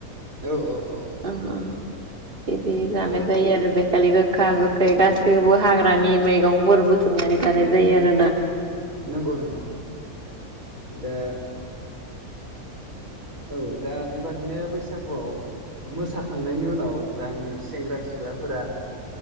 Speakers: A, on the right; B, on the right.
A: औ औ औ।
B: ओं ओं बिदि जाना
A: औ
B: जायो आरो बेखलि ग- गोखा गोखै गासैखौबो हाग्रानि मैगंफोर बुथुमनानै जानाय जायो आरो ना।
A: नंगौ नंगौ दा। औ दा बेबादिनो बैसागुआव मोसाखांनायनि उनाव ज आंनि सेंग्रा सिख्ला सिख्लाफोरा